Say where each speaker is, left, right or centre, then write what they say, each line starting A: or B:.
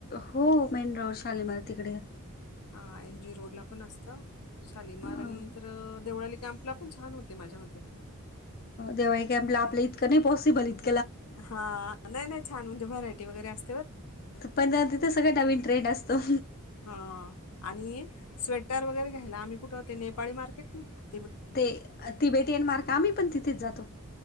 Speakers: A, on the left (about 40°); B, on the left (about 80°).
A: हो मेन र शालीिमार तिकडे
B: हा एम जी रोड ला पण असतं शालमार
A: अ
B: तर देवळाली कॅम्पला पण छान होते माझ्या मते
A: देवाई कॅम्प आपलं इतं नाही पॉसिबल इत
B: हा नाही नाही छान म्हणजे व्हरायटी वगैरे अस
A: पण तिथं सगळं नवीन ट्रेंड असतो
B: हा आणि स्वेटर वगैरे घ्यायला आम्ही कुठे होते नेपाळी मार्केट नाहीघ
A: ते ती बेटी येन मार् का आम्ही पण तिथेच जातो